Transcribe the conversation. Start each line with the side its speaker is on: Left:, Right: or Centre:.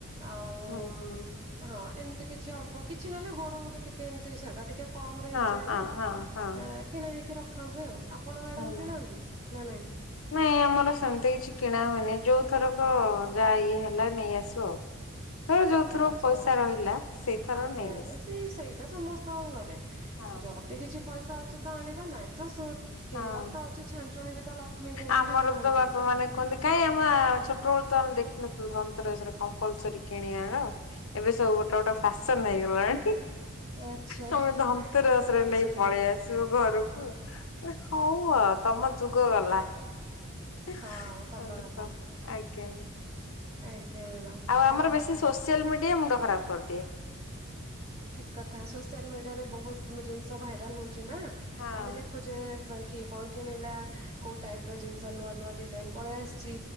Right: ଆଉ
Left: ହୁଁ ହୁଁ।
Right: ହଁ ଏମ୍ ତି କିଛି ଅଳ୍ପ କିଛି ନହେଲେ ଗୋଡ ମୁଦି ଟିକେ ଏମ୍ ତି ସେଡା ଟିକେ କମ୍ ରେ
Left: ହଁ
Right: ହେଇଯାଏ
Left: ହଁ
Right: ନା।
Left: ହଁ ହଁ।
Right: କିଣା ହେଇକି ରଖା ହୁଏ ଆଉ ଆପଣ ମ୍ୟାଡାାମ୍
Left: ହୁଁ
Right: କିଣନ୍ତି ନା ନାଇଁ?
Left: ନାଇଁ ଆମର ସେମ୍ ତି କିଛି କିଣା ହୁଏନି ଯୋଉ ଥରକ ଯା ଇଏ ହେଲା ନେଇଆସୁ ଆଉ।
Right: <inaudible>
Left: ଧର ଯୋଉ ଥର
Right: ଆଛା
Left: ପଇସା ରହିଲା ସେଇଥର
Right: ଆଜ୍ଞା
Left: ନେଇ
Right: ଆଜ୍ଞା
Left: ଆସୁ।
Right: ସେଇ ସେଇଟା ସମସ୍ତଙ୍କ ଘରେ ଯ
Left: ହଁ
Right: ଯଦି କିଛି ପଇସା ଅଛି ତ ଆଣିବା ନାହିଁ ତ ସ କିଣିବାର
Left: ହଁ
Right: ତ ଅଛି ଛାଞ୍ଚୁଣି ବି ତ ଲକ୍ଷ୍ମୀଙ୍କୁ ବୋଲି
Left: ଆମର
Right: କୁହନ୍ତି।
Left: ତ ବାପା ମାନେ କୁହନ୍ତି କାଇଁ ଆମେ ଛୋଟ ବେଳୁ ତ ଆମେ ଦେଖିନଥିଲୁ ଧନ୍ତେରସରେ କମ୍ପଲସରୀ କିଣିବାର। ଏବେ ସବୁ ଗୋଟେ ଗୋଟେ ଫ୍ୟାସନ ହେଇଗଲାଣିଣି କି?
Right: ଆଚ୍ଛା
Left: ତମେ ଧନ୍ତୁରସରେ
Right: ବୁଝିଲି।
Left: ନେଇ ପଳେଇ ଆସ। ଆସିବୁ ଘରକୁ ହଉ ତମ ଯୁଗ ଗଲା। ଅ <unintelligible>
Right: ହଁ ସତ କଥା
Left: କ ଆଜ୍ଞା
Right: ଆଜ୍ଞା ମ୍ୟାଡାମ
Left: ଆଉ
Right: ହଉ
Left: ଆମର ବେଶୀ ସୋସିଆଲ ମିଡିଆ ମୁଁ ଡ ଖରାପ କରିଦିଏ।
Right: ଠିକ କଥା ସୋସିଆଲ ମିଡିଆରେ ବହୁତ ଜିନିଷ ଭାଇରାଲ ହଉଚି ନା
Left: ହଁ
Right: ଆମେ ଦେଖୁଚୁ। ଯେ ସାଙ୍କ କଣ କିଣିଲା କୋଉ ଟାଇପ ର ଜିନିଷ ନୂଆ ନୂଆ ଡିଜାଇନ ପଳେଇ ଆସିଛି।